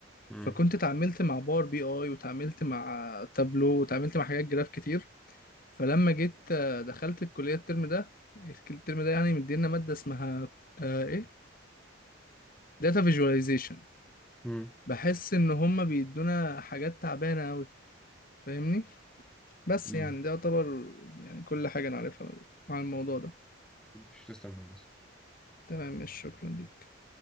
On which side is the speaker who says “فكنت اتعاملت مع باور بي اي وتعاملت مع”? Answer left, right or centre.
Left